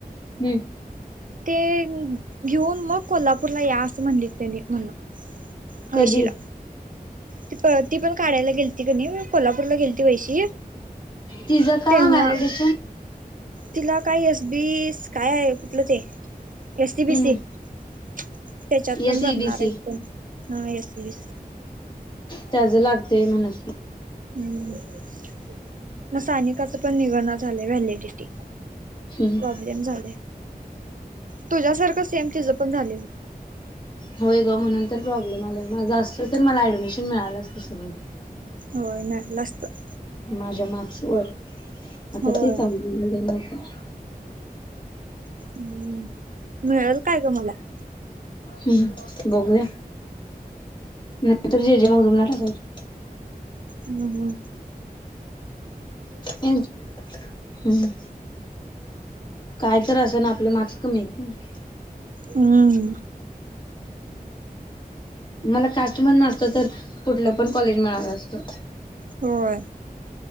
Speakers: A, on the left; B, on the right.
A: हम्म.
B: ते घेऊन मंग कोल्हापूरला यां असं म्हणले ते त्यांनी म्हणूंन
A: कधी
B: ळशीला ते पणं ती पणं काढांयला गेलती कांणी मी कोल्हापूरला गेलती वैशी
A: तिचं का
B: तेंव्हां
A: व्हॅलिडेशन
B: तिलां कायं एस बीस कायं आहे कुंठलं ते एससीबीसी
A: हम्म
B: त्यांच्यातून
A: एस
B: भरणांर
A: ईबीसी
B: आहेतं फाम हं एससी बीसी
A: त्यांचं लागतेय म्हणूंन
B: हम्मं मंग साथनिकांच पणं निघणं झालंय व्हॅलिडिटी
A: हम्म
B: प्रॉब्लेम झाले तुझ्यांसारखं सेम ति पणं झाले
A: होयं गं म्हणूंन तरं प्रॉब्लेम आंलाय माझं अस्तं तरं मलां ऍडमिशन मिळालंच तसंई
B: होयं नाहीं नस्तं
A: माझ्यां मार्क्स वरं आंता
B: होय
A: तेचंले नं कां
B: हम्मं मिळेलं कायं कां गं मलां
A: हम्मं बघूंया नाहीं तरुं जेजे मंग तुम्हांला टाकायचं
B: हम्मं हम्मं
A: हं हम्मं कायं तरं असां नां आपले मार्क्स कमी आहेतं
B: हम्मं
A: मलां कास्टं मणं नाचंत तरं कुंठलं पणं कॉलेज मिळालं असतं
B: होयं